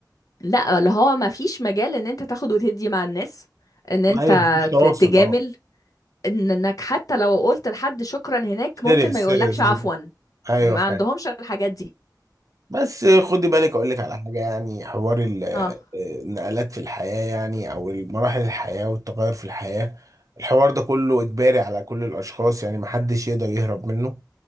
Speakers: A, on the left; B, on the right.
A: لا اللي هو ما فيش مجال ان انت تاخد وتدي مع الناس ان انت
B: ايوه مفيش تواصل
A: ت- تجامل
B: اه
A: إن- انك حتى لو قلت لحد شكرا هناك ممكن
B: سيريس
A: ما يقولكش
B: سيريس
A: عفوا
B: جدا ايوه
A: ما
B: فاهم
A: عندهمش الحاجات دي
B: بس خدي بالك اقول لك على حاجه يعني حوار ال-
A: اه
B: النقلات في الحياه يعني او مراحل الحياه والتغير في الحياه الحوار ده كله اجباري على كل الاشخاص يعني محدش يقدر يهرب منه